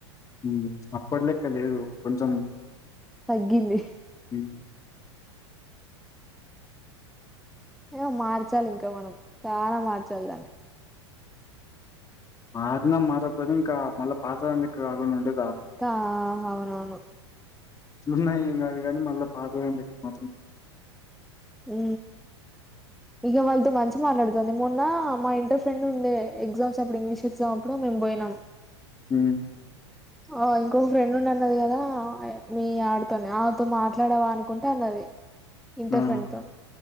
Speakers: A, on the left; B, in the centre.
A: ఉమ్ అప్పట్ లెక్క లేదు కొంచెం
B: తగ్గింది
A: హ్మ్.
B: ఏమో మార్చాలి ఇంకా మనం చాలా మార్చాలి దాన్ని
A: మారిన మారపోయినా ఇంకా మళ్ళ పాత దాని లెక్క కాకుంటే
B: కా అవునవును
A: ఉన్నా ఏం కాదు కానీ మళ్ళా పాత దానిలెక్క మాత్రం
B: ఉ ఇగ వాళ్ళతో మంచిగ మాట్లాడుతది మొన్న మా ఇంటర్ ఫ్రెండ్ ఉండే ఎగ్జామ్స్ అప్పుడు ఇంగ్లీష్ ఎగ్జామ్ అప్పుడు బోయినాం
A: ఉ
B: ఆ ఇంకొక ఫ్రెండ్ ఉండి అన్నది కదా మీ ఆడితోనే ఆవిడతో మాట్లాడవా అనుకుంట అన్నది ఇంటర్
A: ఆ!
B: ఫ్రెండ్ తోని